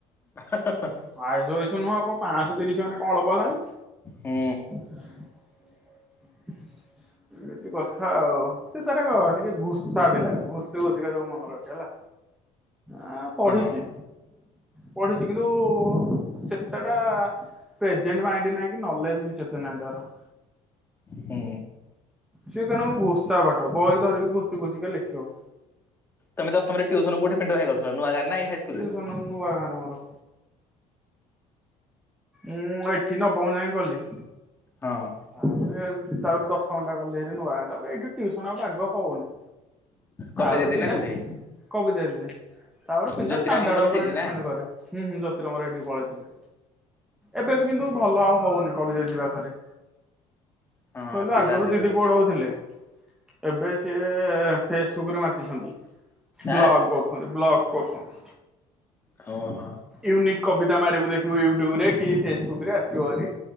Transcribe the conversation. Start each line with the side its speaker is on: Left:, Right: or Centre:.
Left: ହେ ହା ହା।
Centre: ଆଇସ ଏଇଶ ନୁହଁ କଣ ପାଞ୍ଚଶହ ତିରିଶ ମାନେ କଣ ଅଳ୍ପ ହେଲାଣି?
Left: ହୁଁ।
Centre: <inaudible> ଏମିତି କଥା ଆଉ ସେ ତାର ଟିକେ ଘୁସା ପିଲା ଘୁଷି ଘୁଷିକା ସବୁ ମନେ ରଖେ ହେଲା। ଆ ପଢିଛି
Left: ହଁ
Centre: ପଢିଛି କିନ୍ତୁ ସେତେଟା ପ୍ରେଜେଣ୍ଟ ମାଇଣ୍ଡ ନାହିଁ କି ନଲେଜ ବି ସେତେ ନାହିଁ ତାର।
Left: ହୁଁ।
Centre: ସିଏ କଣ ଘୁଷା ପାଠ ବହି ଧରିକି ଘୁଷି ଘୁଷିକା ଲେଖିବ।
Left: ତମେ ଦଶମରେ ଟ୍ୟୁସନ କୋଉଠି ପିଣ୍ଟୁ ଭାଇ କରୁଥିଲ ନୂଆ ଗାଁରେ ନା ଏଇ ହାଇସ
Centre: ଟ୍ୟୁସନ ନୂଆ ଗାଁ ରେ ମୋର। ମୁଁ ଏଠି ନବମ ଯାଏ କଲି।
Left: ହଁ।
Centre: ତା ତାପରେ ଦଶମଟା ଗଲିଭାରି ନୂଆ ଗାଁ ତାପରେ ଏଇଠି ଟ୍ୟୁସନ ଆଉ ବାଗ ହଉନି।
Left: କବି
Centre: ତାପରେ
Left: ଦିଦି
Centre: ପିଲା
Left: ନା କୋଉଠି?
Centre: କବିତା ଦିଦି ତାପରେ ପିଲା
Left: ଜ୍ୟୋତି
Centre: ଷ୍ଟାଣ୍ଡାଡ
Left: ନାନୀକି ତମେ
Centre: ଉପରେ
Left: ସେଇଠି
Centre: ଡିପେଣ୍ଡ
Left: ନା?
Centre: କରେ। ଆମର ଏଠି ପଳେଇଥିଲୁ। ଏବେ ବି କିନ୍ତୁ ଭଲ ଆଉ ହଉନି କବିତା ଦିଦି ପାଖରେ।
Left: ହଁ
Centre: କହିଲୁ
Left: ପିଲା
Centre: ଆଗରୁ
Left: ଅଧିକ
Centre: ଦିଦି
Left: କି
Centre: ପଢଉଥିଲେ। ଏବେ ସିଏ ଫେସବୁକରେ ମାତିଛନ୍ତି ବ୍ଲଗ
Left: ଆଁ
Centre: ବ୍ଲଗ୍ କରୁଛନ୍ତି
Left: ଓହୋ।
Centre: ୟୁନିକ୍ କବିତା ମାରିବୁ ଦେଖିବୁ ୟୁଟୁବରେ। କି ଫେସବୁକରେ ଆସିବଭାରି